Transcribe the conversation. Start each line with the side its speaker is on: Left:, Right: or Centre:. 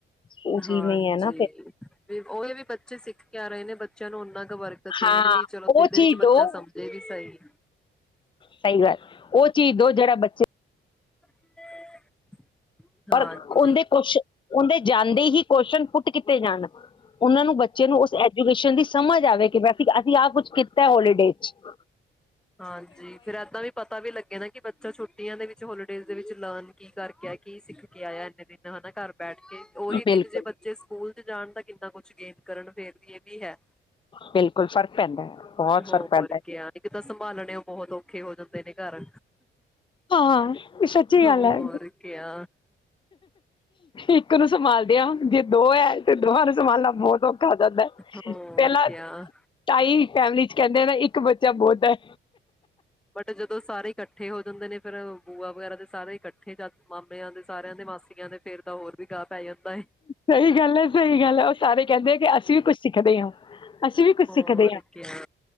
Left: ਉਹ
Centre: ਹਾਂਜੀ
Left: ਚੀਜ਼ ਨਹੀਂ ਹੈ ਨਾ ਫਿਰ
Centre: ਉਹੀ ਆ ਵੀ ਬੱਚੇ ਸਿੱਖ ਕਹਿ ਰਹੇ ਨੇ ਬੱਚਿਆਂ ਨੂੰ ਓਨਾਂ ਕ ਵਰਕ ਦੇਣ
Left: ਹਾਂ
Centre: ਵੀ ਚਲੋ,
Left: ਉਹ
Centre: ਇਹਦੇ
Left: ਚੀਜ਼
Centre: ਵਿੱਚ ਬੱਚਾ
Left: ਦੋ
Centre: ਸਮਝੇ ਵੀ ਸਹੀ
Left: ਸਹੀ ਗੱਲ ਉਹ ਚੀਜ਼ ਦੋ ਜਿਹੜਾ ਬੱਚੇ।
Centre: <inaudible> ਹਾਂਜੀ
Left: ਪਰ ਉਦੇ ਕੁਛ ਉਦੇ ਜ਼ਿਆਦਾ ਦੇ ਹੀ ਕੋਸ਼ਚਨ ਪੁੱਟ ਕੀਤੇ ਜਾਣ। ਉਹਨਾਂ ਨੂੰ ਬੱਚੇ ਨੂੰ ਉਸ ਐਜੂਕੇਸ਼ਨ ਦੀ ਸਮਝ ਆਵੇ। <inaudible> ਅਸੀਂ ਆਹ ਕੁਛ ਕੀਤਾ ਹੋਲੀਡੇ ਚ ਇਕ
Centre: ਹਾਂ ਜੀ, ਫੇਰ ਏਦਾਂ ਵੀ ਪਤਾ ਵੀ ਲੱਗੇ ਨਾ ਕਿ ਬੱਚਾ ਛੁੱਟੀਆਂ ਦੇ ਵਿੱਚ ਹੋਲੀਡੇਜ਼ ਦੇ ਵਿੱਚ ਲੋ ਕੀ ਕਰਕੇ ਆ? ਕੀ ਸਿੱਖ ਕੇ ਆਇਆ? ਇੰਨੇ ਦਿਨ ਹਨਾ? ਘਰ ਬੈਠ ਕੇ ਉਹੀ
Left: ਬਿਲਕੁਲ
Centre: ਦਿਨ। ਜੇ ਬੱਚੇ ਸਕੂਲ ਚ ਜਾਣ ਤਾਂ ਕਿੰਨਾ ਕੁਛ ਗੇਂਨ ਕਰਨ? ਫੇਰ ਵੀ ਇਹ ਵੀ ਹੈ।
Left: ਬਿਲਕੁਲ ਫ਼ਰਕ ਪੈਂਦਾ ਹੈ ਬਹੁਤ
Centre: ਹੋਰ
Left: ਫ਼ਰਕ ਪੈਂਦਾ ਹੈ
Centre: ਕ ਨ, ਕਿਦਾਂ ਸੰਭਾਲ? ਨੇ, ਉਹ ਬਹੁਤ ਔਖੇ ਹੋ ਜਾਂਦੇ ਨੇ ਘਰ।
Left: ਹਾਂ, ਇਹ ਸੱਚੀ
Centre: ਹੋਰ
Left: ਗੱਲ ਹੈ।
Centre: ਕਿਆ
Left: ਇੱਕ ਨੂੰ ਸੰਭਾਲਦੇ ਆ, ਜੇ ਦੋ ਹੈ ਤੇ ਦੋਹਾਂ ਨੂੰ ਸੰਭਾਲਣਾ ਬਹੁਤ ਹੋ। ਖਾ ਜਾਂਦਾ
Centre: ਹੋਰ
Left: ਪਹਿਲਾਂ,
Centre: ਕਿਆ
Left: ਾਈ ਫੈਮਿਲੀ ਚ ਕਹਿੰਦੇ। ਮੇਰਾ ਇੱਕ ਬੱਚਾ, ਬਹੁਤ ਹੈ।
Centre: ਬਟ, ਜਦੋਂ ਸਾਰੇ ਇਕੱਟ। ਇਕੱਠੇ ਹੋ ਜਾਂਦੇ ਨੇ, ਫਿਰਰ ਬੂਆ ਵਗੈਰਾ ਦੇ ਸਾਰੇ ਇਕੱਠੇ ਜਾ। ਮਾਮਿਆਂ ਦੇ, ਸਾਰਿਆਂ ਦੇ, ਮਾਸੀਆਂ ਦੇ, ਫੇਰ ਤਾਂ ਹੋਰ ਵੀ ਗਾਹ ਪੈ ਜਾਂਦਾ।
Left: ਸਹੀ ਗੱਲ ਹੈ ਸਹੀ ਗੱਲ ਹੈ ਉਹ ਸਾਰੇ ਕਹਿੰਦੇ ਕਿ ਅਸੀਂ ਵੀ ਕੁਛ ਸਿੱਖਦੇ ਆ ਅਸੀਂ ਵੀ ਕੁਛ
Centre: ਹੋਰ
Left: ਸਿੱਖਦੇ ਆ
Centre: ਕਿਆ